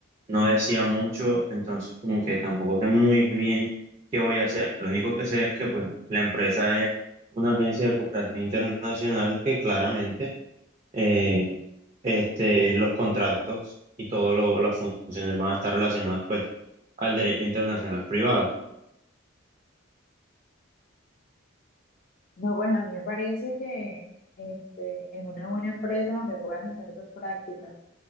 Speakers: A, on the right (about 30°); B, on the left (about 40°).
A: no decía mucho, entonces como que tampoco sé muy bien qué voy a hacer. Lo único que sé es que pues la empresa es una agencia de cooperación internacional que claramente eh, este, los contratos y todas las funciones van a estar relacionadas pues al derecho internacional privado.
B: No, pues a mí me parece que este, es una buena empresa donde puedas hacer tus prácticas.